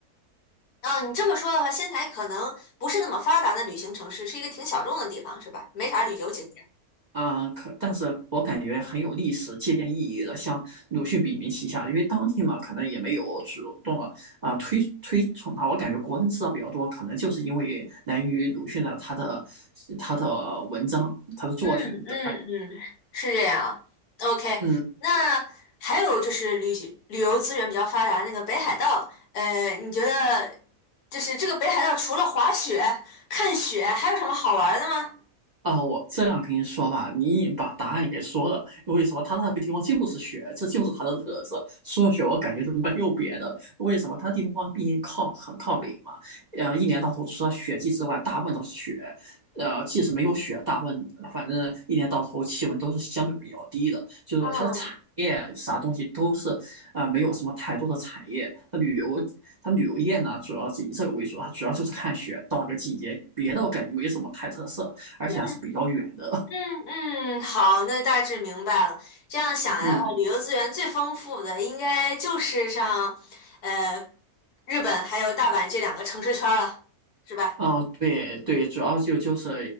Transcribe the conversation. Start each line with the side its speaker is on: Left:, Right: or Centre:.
Left: 哦，你这么说的话，仙台可能不是那么发达的旅行城市，是一个挺小众的地方，是吧？没啥旅游景。点。
Right: 啊、呃可但是我感觉很有历史借鉴意义的，像鲁迅笔名旗下，因为当地嘛，可能也没有主动的啊、呃推推崇它。我感觉国人知道比较多，可能就是因为来源于鲁迅的他的他的文章、他的作品的
Left: 嗯嗯嗯，是这样。OK，
Right: 嗯。
Left: 那还有就是旅旅游资源比较发达那个北海道，呃，你觉得就是这个北海道除了滑雪、看雪，还有什么好玩的吗？
Right: 啊，我这样跟你说吧，你已经把答案给说了。为什么他那个地方就是雪，这就是它的特色。说雪，学，我感觉都没有别的。为什么他地方毕竟靠很靠北嘛，呃，一年到头除了雪季之外，大部分都是雪。呃，即使没有雪，大部分反正一年到头气温都是相对比较低的，就是说它的产业啥东西都是啊、
Left: 嗯
Right: 呃没有什么太多的产业。它旅游，它旅游业呢，主要是以这个为主，它主要就是看雪到哪个季节，别的我感觉没什么太特色。而且还是比较远的。
Left: 嗯嗯嗯，好，那大致明白了。这样想来的话，
Right: 嗯，
Left: 旅游资源最丰富的应该就是像呃日本还有大阪这两个城市圈儿了，是吧
Right: 哦，对对，主要就就是